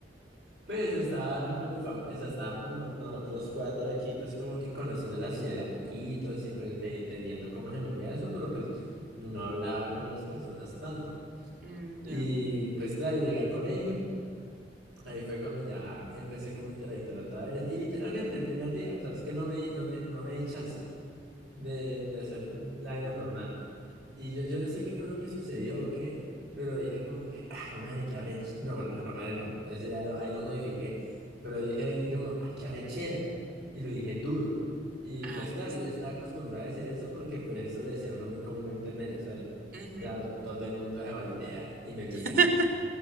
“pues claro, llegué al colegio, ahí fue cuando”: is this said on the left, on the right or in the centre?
Right